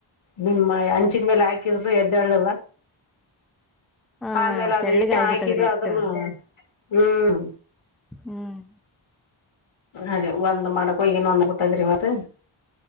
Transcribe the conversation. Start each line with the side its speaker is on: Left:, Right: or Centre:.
Left: ನಿಮ್ಮ ಅಂಚಿನ ಮೇಲೆ ಹಾಕಿದರು ಎದ್ದಳ್ಳಲ್ಲ
Centre: ಹ
Left: ಆಮೇಲೆ ಅದು
Centre: ತೆಳ್ಳಗ
Left: ಇಟ್ಟ
Centre: ಆಗ್ಬಿಟ್ಟದ್ರಿ
Left: ಹಾಕಿದ
Centre: ಇಟ್ಟು
Left: ಆದದ್ರೂ ಹ್ಮ್
Centre: ಹ್ಮ್
Left: ಅದೇ ಒಂದ್ ಮಾಡಕ್ ಹಗಿನ್ ಒಂದ್ ಗತದ್ರಿ ಮತ್